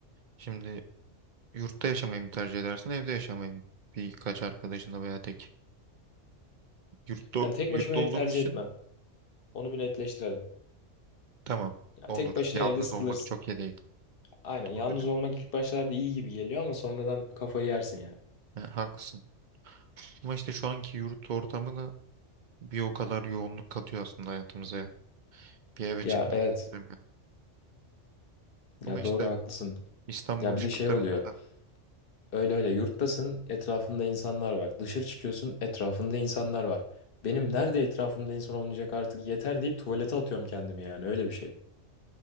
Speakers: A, on the right; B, on the left.
A: Şimdi yurtta yaşamayı mı tercih edersin evde yaşamayı mı? Birkaç arkadaşınla veya tek. Yurtta,
B: Yani tek
A: yurtta
B: başıma ev
A: olduğumuz
B: tercih
A: için
B: etmem. Onu bir netleştirelim.
A: tamam
B: Ya
A: olur.
B: tek başına
A: Yalnız
B: evde sıkılırsın.
A: olmak çok iyi değil.
B: Aynen. Yalnız
A: Doğru diyorsun.
B: olmak ilk başlarda iyi gibi geliyor ama sonradan kafayı yersin yani.
A: Ha, haklısın. Ama işte şu anki yurt ortamı da bir o kadar yoğunluk katıyor aslında hayatımıza ya. Bir eve
B: Ya
A: çıkmayı
B: evet.
A: istiyorum ya. Ama
B: Ya
A: işte
B: doğru haklısın.
A: İstanbul
B: Ya
A: şartlarında
B: bir de şey oluyor.
A: da
B: Öyle öyle yurttasın, etrafında insanlar var. Dışarı çıkıyorsun, etrafında insanlar var. Benim nerede etrafımda insan olmayacak artık yeter deyip tuvalete atıyorum kendimi yani öyle bir şey.